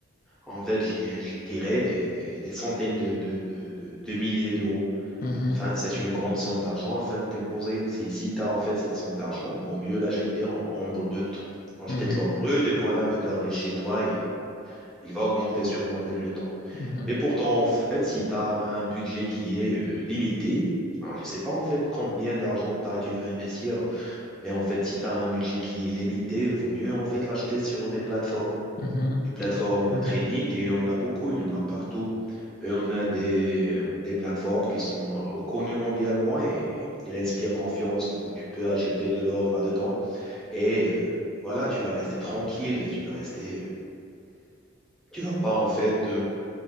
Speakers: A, in the centre; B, on the left.
A: En fait, je je dirais des, des- des centaines de, de, de, de, de milliers d'euros.
B: Mhm,
A: Enfin, c'est une grande somme d'argent afin de déposer. Si, si tu as en fait cette somme d'argent, vaut mieux l'acheter en, en brut. Acheter
B: mhm,
A: de l'or brut et voilà, le garder chez toi, il, il va augmenter sûrement avec le temps.
B: mhm,
A: Mais pourtant, en fait, si tu as un budget qui est euh, limité, alors je ne sais pas en fait combien d'argent tu as et tu veux investir, mais en fait, si tu as un budget qui est limité, vaut mieux en fait l'acheter sur des plateformes
B: mhm,
A: des plateformes
B: là,
A: de
B: mhm.
A: trading et on a beaucoup, il y en a partout. Et on a des, euh, des plateformes qui sont euh, reconnues mondialement et il inspire confiance. Du coup, tu peux acheter de l'or là-dedans et euh, voilà, tu vas rester tranquille et tu vas rester. euh, tu vas pas en fait euh,